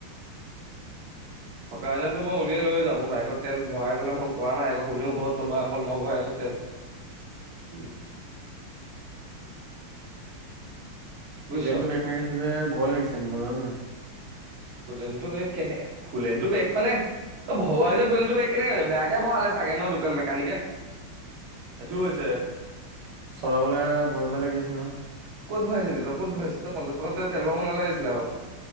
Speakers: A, on the right; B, on the right.
A: থকী হেতেন মই উলিয়াই লৈ যা মোৰ বাইকত তেল ভৰাইবেলাক মই পৰা নাই আক কোনেও ঘৰত নবয় অকল মই ভৰাই আছো তে কি <unintelligible> বুজিছ
B: লনতটো বেগ মাৰি আছে যে ভয় লাগিছেনিব জান নাই
A: কোলেনটো বেগ কেনেক কোলেতো টো বেগ মানে ত ভৰাই যে কোলেলনটো বেগ কেনেক বেয়াকে ভৰা লছে চাগে ন দু মেকানিকে সেইটো হৈছে
B: চলাবলৈ ভয় ভয় লাগি আছে নহয়
A: ক'ত ভৰাইছিলি তই ক'ত ভৰাইছিলি তই পঞ্চাছ টকাত তেল ভৰাব নালাগিছিলে আৰু